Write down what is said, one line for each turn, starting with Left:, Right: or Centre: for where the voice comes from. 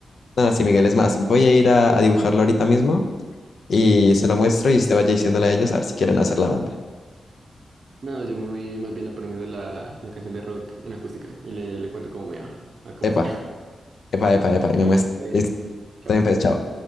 Left: Nada, sí, Miguel, es más, voy a ir a, a dibujarlo ahorita mismo y se lo muestro y usted vaya diciéndole a ellos a ver si quieren hacer la banda.
Right: No, yo me voy más bien aprendiendo la, la canción de rock en acústica y le, le cuento cómo me va. A ver cómo
Left: Epa,
Right: será. <laughs>
Left: epa, epa, epa, y
Right: Bueno,
Left: me muestra.
Right: está bien.
Left: Listo,
Right: Chao.
Left: está bien, pues, chao.